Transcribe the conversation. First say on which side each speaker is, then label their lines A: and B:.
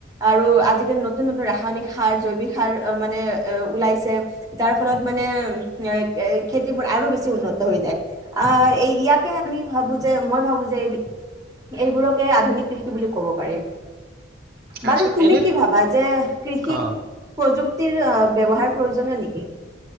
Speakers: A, on the right; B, on the right.
A: আৰু আজিকালি নতুন নতুন ৰাসায়নিক সাৰ, জৈৱিক সাৰ মানে ওলাইছে, যাৰ ফলত মানে এ খেতিবোৰ আৰু বেছি উন্নত হৈ যায়। আ এই ইয়াকে আমি ভাবোঁ যে, মই ভাবোঁ যে, এইবোৰকে আধুনিক কৃষি বুলি ক'ব পাৰি। বাৰু
B: আচ্ছা
A: তুমি
B: এনে
A: কি ভাবা? যে, কৃষিক
B: অ
A: প্ৰযুক্তিৰ ব্যৱহাৰ প্ৰয়োজনীয় নেকি